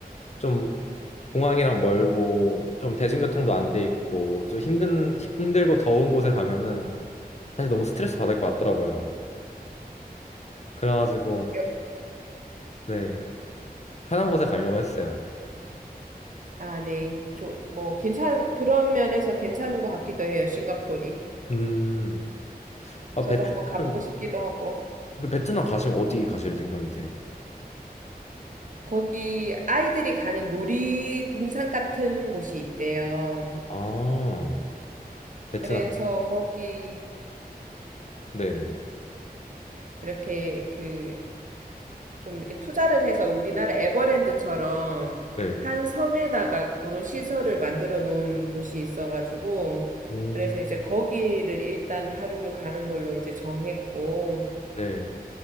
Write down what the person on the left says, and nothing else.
좀 공항이랑 멀고 좀 대중교통도 안 돼 있고 좀 힘든 힘들고 더운 곳에 가면은 사실 너무 스트레스 받을 것 같더라고요. 그래가지고
네 편한 곳에 가려고 했어요.
음, 아
베트남
그 베트남 가시면 어디 가실 생각이세요?
아 베트남요?
네네
네.
음,
네.